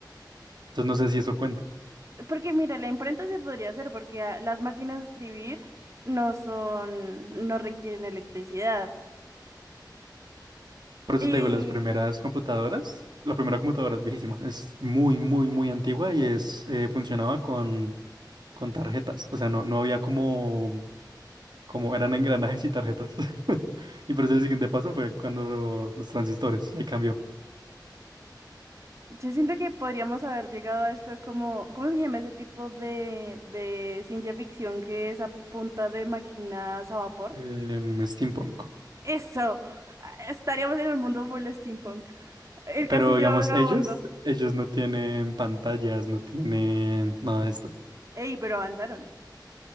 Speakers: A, on the right; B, on the right.
A: Entonces no sé si eso cuenta.
B: Porque mira, la imprenta se podría hacer porque ah, las máquinas de escribir no son, no requieren electricidad.
A: Por eso
B: Y
A: te digo, las primeras computadoras, la primera computadora es viejísima, es muy, muy, muy antigua y es, eh, funcionaba con, con tarjetas. O sea, no, no había como, como eran engranajes y tarjetas. <laughs> Y por eso el siguiente paso fue cuando los transistores, y ahí cambió.
B: Yo siento que podríamos haber llegado a esto como, ¿cómo se llama ese tipo de, de ciencia ficción que es a punta de máquinas a vapor?
A: Em, steampunk.
B: Eso, Ah, estaríamos en el mundo full steampunk. El castillo
A: Pero digamos,
B: vagabundo.
A: ellos, ellos no tienen pantallas, no tienen nada de esto.
B: Ey, pero avanzaron.